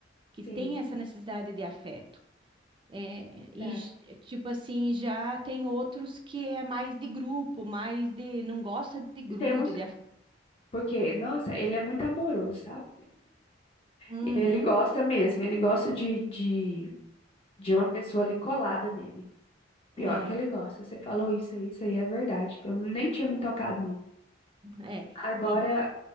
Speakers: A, on the right; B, on the left.
A: que
B: Sim,
A: têm essa necessidade de afeto. É, e
B: verdade.
A: j- tipo assim, já tem outros que é mais de grupo, mais de não gosta de grude,
B: Tem uns.
A: de
B: Porque, nossa, ele é muito amoroso, sabe?
A: Uhum,
B: Ele gosta mesmo, ele gosta de, de, de uma pessoa ali colada nele. Pior
A: é,
B: que ele gosta. Você falou isso aí, isso aí é verdade. Eu nem tinha me tocado nisso.
A: é.
B: Agora,
A: E, da-